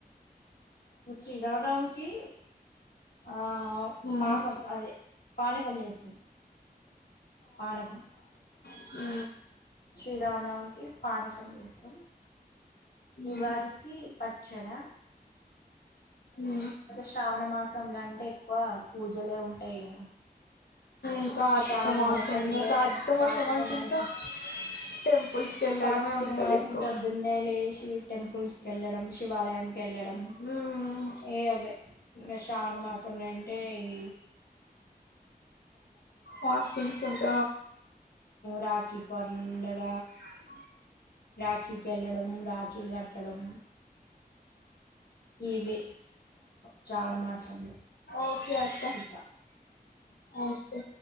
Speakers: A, on the left (about 75°); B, on the left (about 90°).
A: ఉమ్ శ్రీ రామనవమి కి ఆ
B: హ్మ్
A: పాకం అదే పానకం చేస్తాం పానకం
B: ఉ
A: శ్రీరామనవమికి పానకం చేస్తాం
B: హ్మ్
A: ఉగాదికి పచ్చడా
B: ఉ
A: శ్రావణ మాసంలో అంటే ఎక్కువ పూజలే ఉంటాయి కదా
B: ఉ కార్తిక
A: శ్రావణ
B: మాసం
A: మాసంలో
B: కార్తిక మాసం
A: కార్తీక
B: అంటే
A: మాసం
B: ఇంకా టెంపుల్స్ కి వెళ్ళడమే
A: కార్తీక
B: ఉంటది
A: మాసం
B: ఎక్కువ
A: పొద్దున్నే లేషి టెంపుల్స్ కెళ్ళడం శివాలయంకి వెళ్ళడం
B: హ్మ్
A: ఏ అవే ఇంగ శ్రావనమాసం అంటే ఇ
B: ఫాస్టింగ్స్ ఉంట
A: రాఖీ పండగ
B: అ <unintelligible>
A: రాఖీ కెల్లడము రాఖీలు కట్టడం ఈవే శ్రావణ మాసము లొ
B: ఓకే అక్క
A: ఇక
B: ఓకే